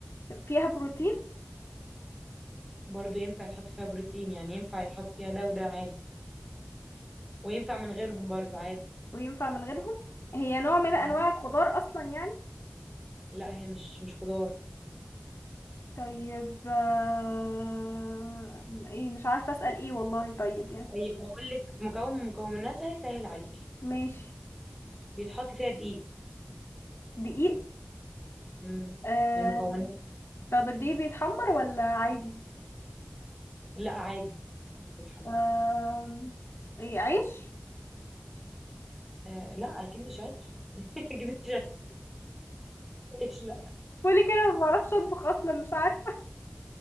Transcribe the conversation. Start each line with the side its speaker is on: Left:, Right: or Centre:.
Left: فيها بروتين
Centre: برضو ينفع يتحط فيها بروتين يعني ينفع يتحط فيها ده وده عادي وينفع من غيرهم برضو عادي
Left: وينفع من غيرهم هي نوع من انواع
Centre: مم.
Left: الخضار اصلا يعني
Centre: لا هي مش مش خضار
Left: طيب آم، ايه مش عارفة اسأل ايه والله طيب يعني
Centre: طيب اقول لك مكون من مكوناتها يسهل عليكي
Left: ماشي
Centre: بيتحط فيها دقيق
Left: دقيق
Centre: مم.
Left: آم،
Centre: من مكونات
Left: طب الدقيق بيتحمر ولا عادي
Centre: لا عادي مش بيتحمر
Left: آم، ايه عيش
Centre: آه لا اكيد مش عيش <laughs> اكيد مش عيش لا
Left: قولي كده ما بعرفش اطبخ اصلا مش عارفة